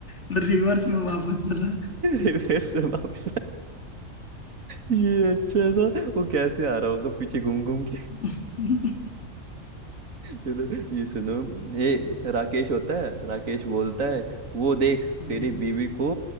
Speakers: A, on the left (about 55°); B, on the right (about 80°).
A: <laughs> रिवर्स में वापस चला
B: रिवर्स में वापस आ- ये अच्छा था वो कैसे आ रहा होगा पीछे घूम घूम के
A: हम्म,
B: चलो ये सुनो ये राकेश होता है राकेश बोलता है वो देख
A: हम्म,
B: तेरी बीवी को